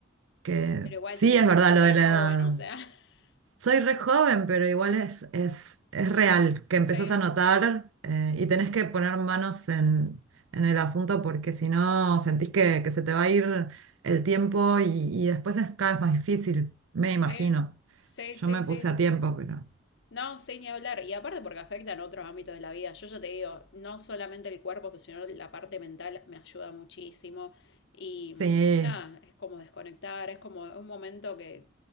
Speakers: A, on the right; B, on the left.
A: Que
B: pero igual
A: sí,
B: seguí
A: es
B: siendo
A: verdad
B: súper
A: lo de la
B: joven,
A: edad.
B: o sea, <laughs>
A: Soy re joven, pero igual
B: que
A: es, es, es real que
B: sí,
A: empezás a notar eh, y tenés que poner manos en, en el asunto porque si no sentís que, que se te va a ir el tiempo y, y después es cada vez más difícil, me
B: sí,
A: imagino.
B: sí,
A: Yo
B: sí,
A: me
B: sí.
A: puse a tiempo, pero
B: No, sí, ni hablar. Y aparte porque afectan otros ámbitos de la vida. Yo ya te digo, no solamente el cuerpo, pues, sino la parte mental me ayuda muchísimo. Y
A: sí.
B: nada, es como desconectar, es como un momento que